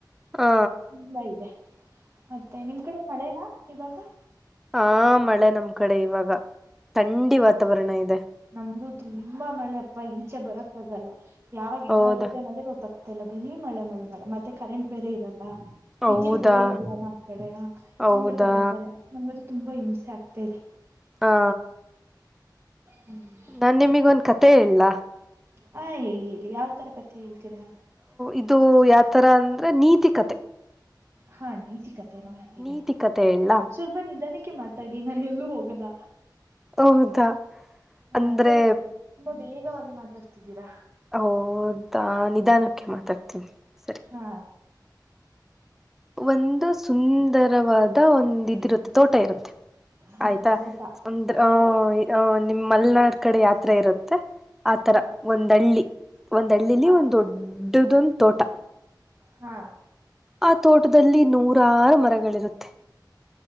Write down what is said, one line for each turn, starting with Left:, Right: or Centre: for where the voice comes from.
Centre: ಹಾ
Right: ತುಂಬಾ ಇದೆ ಮತ್ತೆ ನಿಮ್ ಕಡೆ ಮಳೆನಾ ಇವಾಗ.
Centre: ಹ ಮಳೆ ನಮ್ ಕಡೆ ಇವಾಗ ಥಂಡಿ ವಾತಾವರಣ ಇದೆ.
Right: ನಮ್ಗು ತುಂಬಾ ಮಳೆ ಅಪ್ಪ ಈಚೆ ಬರಕ್ಕ ಆಗಲ್ಲ ಯಾವಾಗ ಹೆಂಗ
Centre: ಹೌದಾ
Right: ಆಗುತ್ತೆ ಅನ್ನೋದ್ರ ಗೊತ್ತಕ್ತ. ಮತ್ತೆಲ್ಲ ಬರೀ ಮಳೆ ಮಳೆ ಮಳೆ ಮತ್ತೆ ಕರೆಂಟ್ ಬೇರೆ ಇರಲ್ಲ.
Centre: ಹೌದಾ
Right: ವಿದ್ಯುತ್ ಬೆರೆಇರಲ್ಲ ನಮ್ ಕಡೆ
Centre: ಹೌದಾ
Right: ತುಂಬಾ ತಗಿತಾರೆ ನಮಗದು ತುಂಬಾ ಹಿಂಸೆ ಆಗ್ತಾ ಇದೆ.
Centre: ಹಾ,
Right: ಹ್ಮ್,
Centre: ನಾನ್ ನಿಮಗ ಒಂದ ಕತೆ ಹೇಳ್ಲಾ
Right: ಹಾ ಹೇಳಿ ಹೇಳಿ ಯಾವ್ ತರ ಕತೆ ಹೇಳ್ತೀರಾ
Centre: ಇದು ಯಾವತರ ಅಂದ್ರೆ ನೀತಿಕತೆ.
Right: ಹಾ, ನೀತಿ ಕತೆೆನ ಹೇಳಿ
Centre: ನೀತಿ ಕತೆ ಹೇಳಲಾ
Right: ಸ್ವಲ್ಪ ಸ್ವಲ್ಪ ನಿಧಾನಕ್ಕೆ ಮಾತಾಡಿ ನಾನ್ ಎಲ್ಲೂ ಹೋಗಲ್ಲ.
Centre: ಹೌದಾ,
Right: ಹಾ,
Centre: ಅಂದ್ರೆ
Right: ತುಂಬಾ ವೇಗವಾಗಿ ಮಾತಾಡ್ತಿದ್ದೀರಾ
Centre: ಹೌದಾ, ನಿಧಾನಕ್ಕೆ ಮಾತಾಡ್ತೀನಿ. ಸರಿ
Right: ಹಾ,
Centre: ಒಂದು ಸುಂದರವಾದ ಒಂದ ಇದಿರುತ್ತೆ ತೋಟ ಇರುತ್ತೆ.
Right: ಹಾ
Centre: ಆಯ್ತಾ,
Right: ತೋಟ
Centre: ಅಂದ್ರ
Right: ಓಕೆ
Centre: ಅಹ ನಿಮ್ ಮಲೆನಾಡ್ ಕಡೆ ಯಾವತರ ಇರುತ್ತೆ ಆತರ.
Right: ಹಾ
Centre: ಒಂದ ಹಳ್ಳಿ, ಒಂದ ಹಳ್ಳಿಲಿ
Right: ಹಾ
Centre: ಒಂದ್ ದೊಡ್ಡದೊಂದು ತೋಟ
Right: ಹಾ,
Centre: ಆ ತೋಟದಲ್ಲಿ ನೂರಾರು ಮರಗಳಿರುತ್ತೆ.